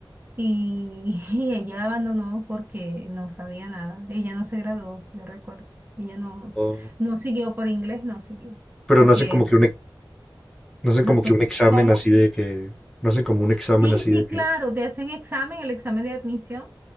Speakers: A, on the right; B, in the centre.
A: y, <laughs> y ella abandonó porque no sabía nada. Ella no se graduó, yo recuerdo. Ella no,
B: O-
A: no siguió por inglés, no siguió.
B: Pero
A: Porque
B: no hacen como que un, ex- no hacen
A: los
B: como
A: profesores-
B: que un examen
A: ¿cómo?
B: así de que, no hacen como un examen
A: Sí,
B: así
A: sí,
B: de que,
A: claro, te hacen examen, el examen de admisión.